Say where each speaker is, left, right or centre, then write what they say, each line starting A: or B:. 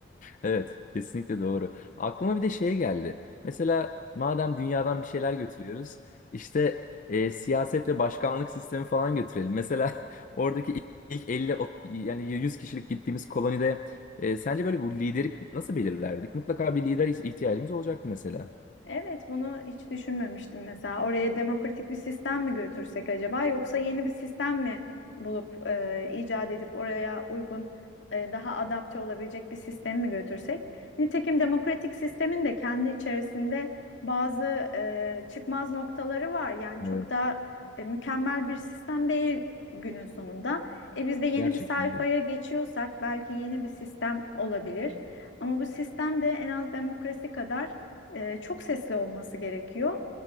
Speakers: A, on the left (about 45°); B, on the left (about 80°).
A: Evet, kesinlikle doğru. Aklıma bir de şey geldi. Mesela madem dünyadan bir şeyler götürüyoruz, işte e, siyaset ve başkanlık sistemi falan götürelim. Mesela <laughs> oradaki ilk 50 o- yani 100 kişilik gittiğimiz kolonide e, sence böyle bu lideri nasıl belirlerdik? Mutlaka bir lider ihtiyacımız olacaktı mesela.
B: Evet, bunu hiç düşünmemiştim mesela. Oraya demokratik bir sistem mi götürsek acaba yoksa yeni bir sistem mi bulup e, icat edip oraya uygun e, daha adapte olabilecek bir sistem mi götürsek? Nitekim demokratik sistemin de kendi içerisinde bazı e, çıkmaz noktaları var. Yani çok
A: Evet.
B: da e, mükemmel bir sistem değil günün sonunda. E, biz de yeni
A: Gerçekten.
B: bir sayfaya geçiyorsak belki yeni bir sistem olabilir. Ama bu sistem de en az demokrasi kadar e, çok sesli olması gerekiyor.